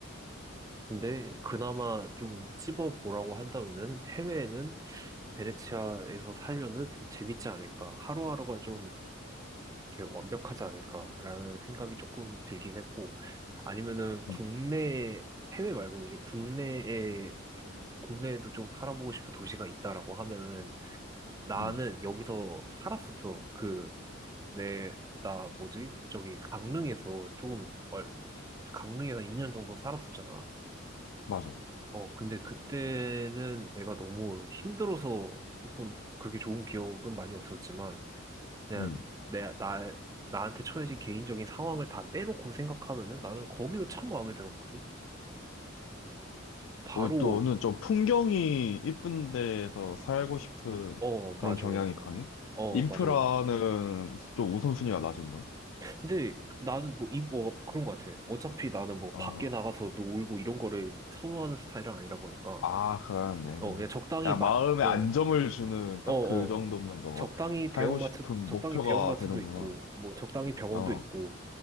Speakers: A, on the right; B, on the left.
A: 근데 그나마 좀 찝어보라고 한다면은 해외에는 베네치아에서 살면은 좀 재밌지 않을까. 하루하루가 좀 이렇게 완벽하지 않을까라는 생각이 조금 들긴 했고, 아니면은 국내,
B: 음,
A: 해외 말고 이제 국내에 좀, 국내에도 좀 살아보고 싶은 도시가 있다라고 하면은 나는
B: 음.
A: 여기서 살았었어. 그, 내, 나 뭐지? 저기 강릉에서 조금, 얼- 강릉에서 2년 정도 살았었잖아.
B: 맞아.
A: 어, 근데 그때는 내가 너무 힘들어서 조금 그렇게 좋은 기억은 많이 없었지만, 그냥
B: 음.
A: 내, 나, 나한테 처해진 개인적인 상황을 다 빼놓고 생각하면은 나는 거기도 참 마음에 들었거든? 바로,
B: 어, 또는 좀 풍경이 이쁜 데에서 살고 싶은
A: 어, 맞아.
B: 그런 경향이 강해?
A: 어,
B: 인프라는
A: 맞아.
B: 좀 우선순위가 낮은 거야?
A: 근데 나는 뭐, 이, 뭐, 그런 것 같아. 어차피 나는 뭐,
B: 어,
A: 밖에 나가서 놀고 이런 거를 선호하는 스타일은 아니다 보니까,
B: 아, 그러네.
A: 어, 그냥 적당히
B: 그냥
A: 맛,
B: 마음에
A: 어,
B: 안정을 주는 딱
A: 어, 어.
B: 그 정도면 너가
A: 적당히
B: 살고
A: 대형마트,
B: 싶은
A: 적당히
B: 목표가
A: 대형마트도
B: 되는구나.
A: 있고, 뭐, 적당히 병원도
B: 어,
A: 있고,